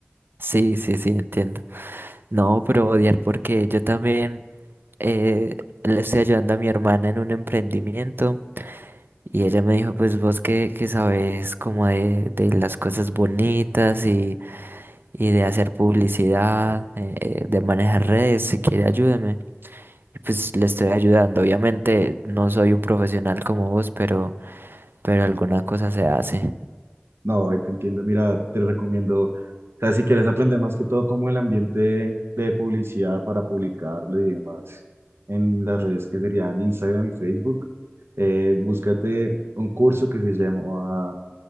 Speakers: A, on the right; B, on the right.
A: Sí, sí, sí, entiendo. No, pero odiar porque yo también eh, le estoy ayudando a mi hermana en un emprendimiento y ella me dijo, pues vos que, que sabes como de, de las cosas bonitas y, y de hacer publicidad, eh, eh, de manejar redes, si quiere ayúdame. Y pues le estoy ayudando. Obviamente no soy un profesional como vos, pero, pero alguna cosa se hace.
B: No, ahí te entiendo. Mira, te recomiendo, o sea, si quieres aprender más que todo como el ambiente de publicidad para publicarlo y demás en las redes que serían Instagram y Facebook, eh, búscate un curso que se llama